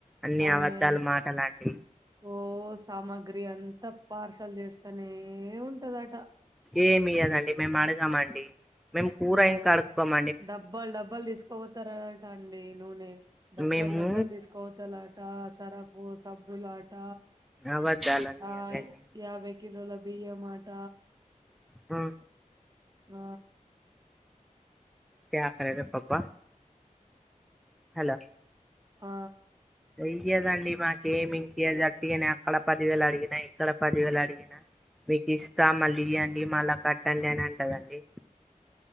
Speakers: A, in the centre; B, on the right (about 30°).
A: అన్ని
B: ఆమె
A: అబద్దాలు మాటలా అండి
B: ఓ సామాగ్రి అంతా పార్సల్ చేస్తానే ఉంటదట
A: ఏమి ఇయ్య దండి మేము అడగామండి మేము కూర
B: ఆ
A: ఇం కడుక్కకోమ
B: డబ్బాలు డబ్బాలు తీసుకోపోతారట అండి నూనె డబ్బాలు
A: మేము
B: డబ్బాలు తీసుకో మత్తలా ఆట సరపు సబ్బులు ఆట
A: అబద్ధాలండి
B: ఆ
A: అవన్నీ
B: యాభై కిలోల బియ్యం మాట
A: ఆ
B: ఆ
A: త్యా కేద రా పప్పు హలో
B: ఆ
A: అయ్యదండి మాకేమి ఇంకా జట్టుగానే అక్కడ పదివేలు అడిగినా ఇక్కడ పదివేలు అడిగిన మీకు ఇస్తా మళ్ళీ ఇయ్యండి మళ్ళా కట్టండి అని అంటదఅండి